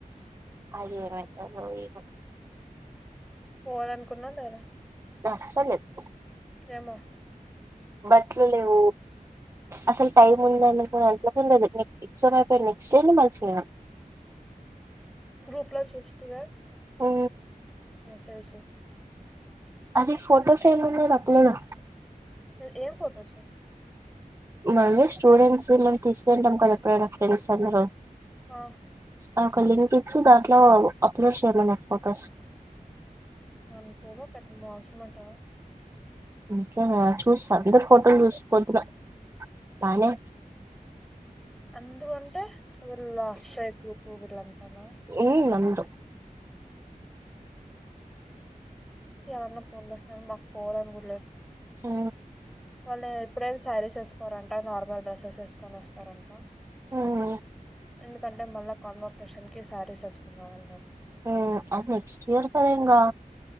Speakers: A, on the right (about 20°); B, in the centre.
A: ఆది ఏమైతదో ఏమో
B: పోదనుకున్నాం గదా
A: అసల్ లేదు
B: ఏమో
A: బట్లు లేవు అసలు టైం ఉంది అనుకుని అట్కు లేదు నీకు సో మేం నెక్స్ట్ ఇయర్నీ మలిచిన
B: గ్రూప్ లో చూస్తివా
A: ఉ
B: మెసేజ్సు
A: అది ఫోటోస్ ఏం ఉన్నాయి అప్పులేదు
B: ఏ ఏం ఫొటోస్సు
A: మళ్ళీ స్టూడెంట్స్ మనం తీసుకెళ్ళాం కదా ఎప్పుడైనా ఫ్రెండ్స్ అందరు
B: ఆ
A: ఆ ఒక లింక్ ఇచ్చి దాంట్లో అప్లోడ్ చేయమన్నారు ఫొటోస్
B: మళ్ళీ పోమా పెట్టటం అవసరం అంటావా
A: ఇంకే చూస్తా అందరు ఫోటోలు చూసా పొద్దున బానే
B: అందరూ అంటే వీళ్ళ అక్షయ్ గ్రూపు వీళ్ళంతానా
A: హు అందరు
B: చాలన్నా పోన్లే అయిన మాకు పోవాలని కూడాలేదు
A: ఆ
B: వాళ్ళు ఎప్పుడేమి సారీస్ వేసుకోరంటా నార్మల్ డ్రెసెస్ వేసుకొని వస్తారంట
A: ఉమ్
B: ఎందుకంటే మళ్ళా కాన్వోకేషన్ కి శారీ ఏసుకొని రావాలి అనమాట
A: ఉ అది నెక్స్ట్ ఇయర్ కదా ఇంగా